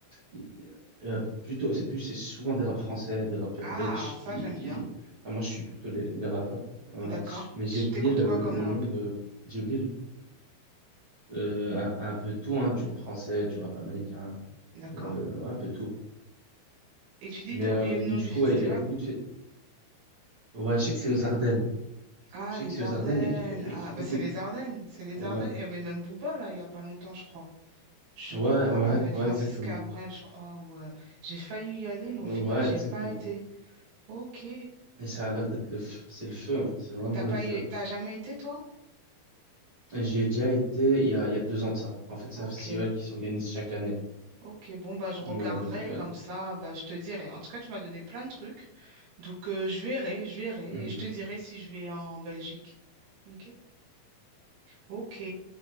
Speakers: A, on the right (about 45°); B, on the right (about 75°).
A: il- euh, plutôt, c'est plus, c'est souvent des rap français, des rappeurs
B: Ah,
A: belges
B: ça,
A: qui,
B: j'aime
A: qui...
B: bien.
A: enfin, moi, je suis plutôt les, les rappeurs. Voilà.
B: D'accord.
A: Mais j'ai
B: Tu
A: oublié
B: t'écoutes
A: le,
B: quoi
A: le,
B: comme
A: le
B: rap?
A: nom de. J'ai oublié euh, un, un peu tout, hein, du rap français, du rap américain,
B: D'accord.
A: euh, ouais, un peu tout.
B: Et tu dis,
A: Mais
B: t'as
A: euh,
B: oublié le nom
A: du
B: du
A: coup,
B: festival?
A: ouais, il y a il y a beaucoup de fêtes. Ouais, je sais que c'est aux Ardennes.
B: Ah,
A: Je sais
B: les
A: que c'est
B: Ardennes.
A: aux Ardennes et, que- et
B: Ah,
A: que
B: bah
A: beaucoup
B: c'est
A: de...
B: les Ardennes. C'est les
A: Ouais,
B: Ardennes. Il y avait même Booba, là, il n'y a pas longtemps, je crois. Je
A: ouais,
B: crois,
A: ouais,
B: avec
A: ouais,
B: Francis
A: exactement.
B: Cabrel, je crois, où euh, j'ai failli y aller, mais au
A: Ouais,
B: final, j'ai
A: exactement.
B: pas été. Ok.
A: Et ça a l'air d'être le feu. C'est le feu. hein. C'est vraiment
B: T'as
A: le
B: pas,
A: feu.
B: é- t'as jamais été, toi?
A: Et J'y ai déjà été il y a, il y a deux ans de ça. En fait, c'est
B: Ok.
A: un festival qui s'organise chaque année.
B: Ok. Bon, bah, je regarderai
A: Ouais, donc... euh,
B: comme ça, bah, je te dirai. En tout cas, tu m'as donné plein de trucs. Donc, euh, je verrai, je verrai.
A: mhm.
B: Et je te dirai si je vais en Belgique. Ok. Ok.